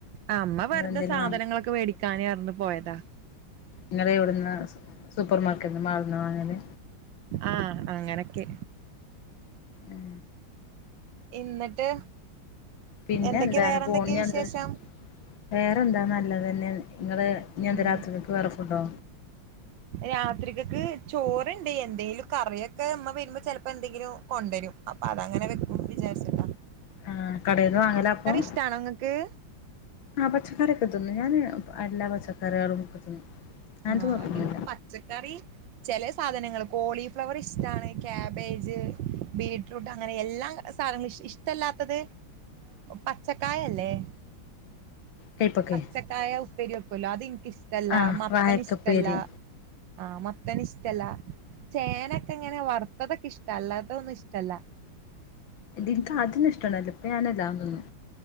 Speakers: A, on the right (about 70°); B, on the left (about 75°).
A: ആഹ് മ്മവെറുതെ
B: അതോ എന്തേലും
A: സാധനങ്ങളൊക്കെ മേടിക്കാന്‌ന്ന് പറഞ്ഞ് പോയതാ
B: ങ്ങള് എവിട്ന്നാ സൂപർമാർക്കറ്റ് മാൾന്നാ വാങ്ങല്
A: ആഹ്അങ്ങനൊക്കെ
B: ഉം
A: ഇന്നട്ട്
B: പിന്നെ
A: എന്തൊക്കെയ
B: എന്താണ്
A: വേറെന്തൊക്കെയ
B: പോണിഞ്ഞെന്താ
A: വിശേഷം
B: വേറെന്താ നല്ലതെന്നെ ങ്ങള് ഇനി എന്താ
A: ഉം
B: രാത്രികക് വേറെ ഫുഡോ
A: രാത്രികക്ക് ചോറ്ണ്ട് എന്തേലും കറി ഒക്കെ മ്മ വരുമ്പോ ചെലപ്പൊ എന്തെങ്കിലും കൊണ്ടെരും അപ്പതങ്ങനൊക്കെ വെക്കും വി ചാരിച്ചിട്ടാ
B: ആഹ് കടേന്ന് വാങ്ങലാപ്പം
A: ഇഷ്ടാണോ ഇങ്ങക്ക്
B: ആഹ് പച്ചക്കറിയെക്കെ തിന്നും ഞാനെല്ലാ പച്ചകറികളും തിന്നും അങ്ങനത്തെ
A: ആഹ്എനിക്ക്
B: കൊഴപ്പൊന്നുല്ല
A: പച്ചക്കറി ചെലസാധനങ്ങൾ കോളിഫ്ലവർ ഇഷ്ടാണ് കാബേജ് ബീട്രൂട്ട് അങ്ങനെ എല്ലാം സാധനങ്ങൾഇഷ്ടമല്ലാത്തത് പച്ചക്കായ ഇല്ലേ
B: കൈപ്പക്കെ
A: പച്ചക്കായ ഉപ്പേരി വക്കല്ലോ അത് ഇന്ക്ക് ഇഷ്ടല്ല
B: ആഹ്
A: മത്ത മത്തന്
B: വായക്കപ്പേരി
A: ഇഷ്ടല്ല ആഹ് മത്തനിഷ്ട ടല്ല ചേനൊക്കെങ്ങനെ വറുത്തതൊക്കെ ഇഷ്ട്ടാണ് അല്ലാതൊന്നും ഇഷ്ടല്ല
B: ഇൻക്കാദ്യമൊന്നും ഇഷ്ടല്ലായിരുന്നു പ്പം ഞാനെല്ലാം തിന്നും